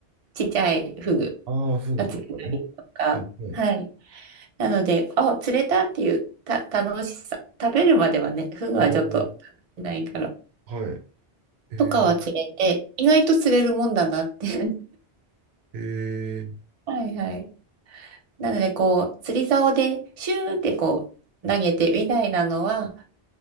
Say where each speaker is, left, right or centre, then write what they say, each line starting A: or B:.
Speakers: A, on the right; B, on the right.
A: ちっちゃいフグ
B: ああ、フグとかね。
A: が釣れたりとか、
B: はい。はい。
A: はい。なので、あ、釣れたっていうた楽しさ、食べるまではね、フグはちょっとないから、
B: ああ、はい。えー、
A: とかは釣れて、意外と釣れるもんだなって。
B: えー、
A: <laughs> はいはい。なので、こう、釣り竿でシューってこう、投げてみたいなのは、